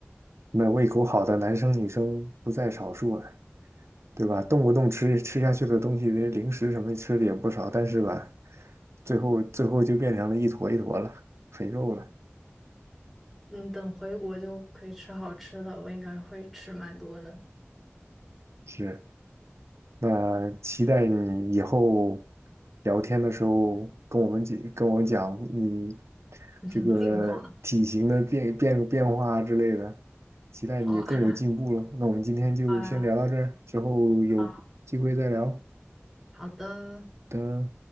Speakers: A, on the right; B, in the centre.
A: 那胃口好的男生女生不在少数啊，对吧？动不动吃吃下去的东西，那零食什么吃的也不少，但是吧，最后最后就变成了一坨一坨了，肥肉了。
B: 嗯，等回国就可以吃好吃的，我应该会吃蛮多的，
A: 是。那期待你以后聊天的时候跟我们讲，跟我讲你
B: <laughs>
A: 这个体型的变变变化之类的，
B: 进化。
A: 期待你更有进步了。
B: 好啊，
A: 那我们今天就先聊到这儿，
B: <laughs> 好啊，
A: 之后有机会再聊。
B: 好，好的。
A: 的。